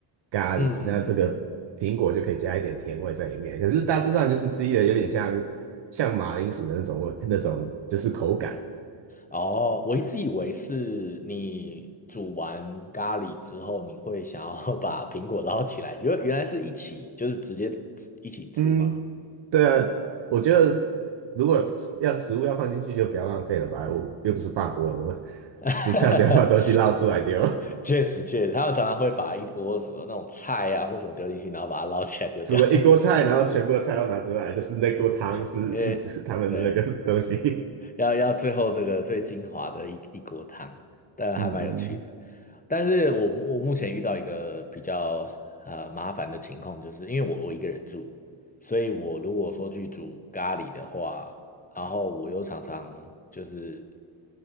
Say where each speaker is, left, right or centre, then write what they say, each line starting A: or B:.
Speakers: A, on the right; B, on the left.
A: 咖喱，
B: 嗯嗯嗯，
A: 那这个苹果就可以加一点甜味在里面。可是大致上就是吃起来有点像像马铃薯的那种味，那种就是口感。
B: 哦，我一直以为是你煮完咖喱之后，你会想要 <laughs> 把苹果捞起来，原原来是一起，就是直接吃一起吃吗？
A: 嗯，对啊，我觉得如果要食物要放进去，就不要浪费了吧。我又不是法国人，我
B: <laughs>
A: 煮菜不要把东西捞出来丢。<laughs>
B: 确实，确实，他们常常会把一锅什么那种菜啊或什么丢进去，然后把它捞起来丢掉。
A: 煮了一锅菜，
B: <laughs>
A: 然后全部的菜都拿出来，就是那锅汤是
B: 对，因为对，
A: <laughs> 是指他们的那个东西。
B: 要要最后这个最精华的一一锅汤，但还蛮有趣的。
A: 嗯嗯
B: 但是我我目前遇到一个比较呃麻烦的情况，就是因为我我一个人住，所以我如果说去煮咖喱的话，然后我又常常就是